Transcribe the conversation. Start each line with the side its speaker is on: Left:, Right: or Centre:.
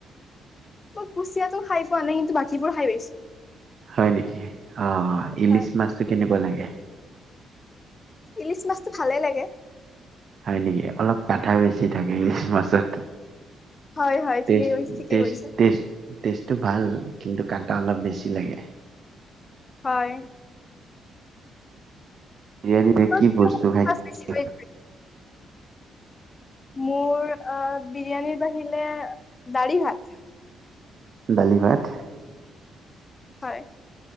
Left: মই কুচিয়াতো খাই পোৱা নাই কিন্তু বাকীবোৰো খাই পাইছো
Right: হয় নেকি অ অ ইলিছ
Left: হয়
Right: মাছটো কেনেকুৱা লকে <unintelligible>
Left: খিচ মাছটো ভালে লাগে <unintelligible>
Right: হয় নেকি, অলপ কাটা বেছি থাকে ইলিচ মাছত।
Left: হয় হয়
Right: টেষ্ট
Left: ঠিকেই কৰিছ ঠিকেই
Right: টেষ্ট
Left: কৰিছ।
Right: টেষ্ট টেষ্টটো ভাল কিন্তু কাটা অলপ বেছি লাগে।
Left: হয়।
Right: বিৰিয়ানীৰে
Left: মই কোনটো
Right: কি বস্তু খাই
Left: মাছ বেছিকৈ মোৰ বিৰিয়ানীৰ আহ বাহিলে দাঢ়ি ভাত।
Right: দালি ভাত।
Left: হয়।